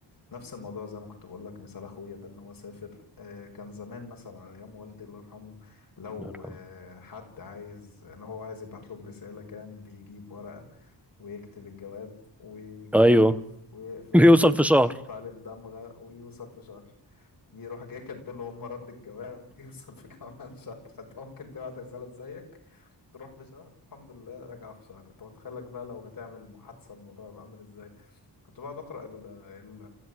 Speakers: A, on the left; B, in the centre.
A: نفس الموضوع زي ما كنت بقول لك مثال أخويا ده إن هو سافر آه، كان زمان مثلا على أيام والدي الله يرحمه لو
B: الله يرحمه
A: آه، حد عايز لو هو عايز يبعت لهم رسالة كان بيجيب ورقة ويكتب الجواب ويجيب
B: ايوه
A: ظرف
B: <laughs>
A: ويقفل
B: بيوصل
A: الظرف
B: في شهر
A: يحط عليه الدمغة ويوصل في شهر يروح جاي كاتب له هم رد الجواب <laughs> يوصل في كمان شهر فانت ممكن تبعت رسالة زيك تروح في شهر الحمد لله راجعة في شهر انت متخيلك بقى لو هتعمل محادثة الموضوع يبقى عامل ازاي كنت بقعد اقرا ال ال